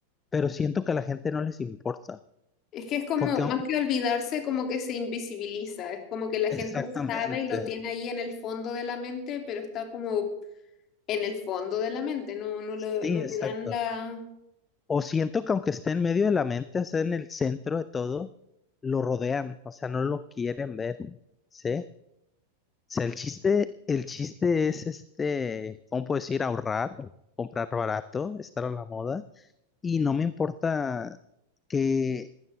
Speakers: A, on the left (about 20°); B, on the left (about 35°).
A: Pero siento que a la gente no les importa.
B: Es que es como,
A: Porque,
B: más que olvidarse, como que se invisibiliza. Es como que la
A: exactamente.
B: gente sabe y lo tiene ahí en el fondo de la mente, pero está como en el fondo de la mente. No, no
A: Sí,
B: lo- no
A: exacto.
B: le dan la...
A: O siento que aunque esté en medio de la mente, o sea, en el centro de todo, lo rodean, o sea, no lo quieren ver, ¿sí? O sea, el chiste, el chiste es este, ¿cómo puedo decir? Ahorrar, comprar barato, estar a la moda, y no me importa que,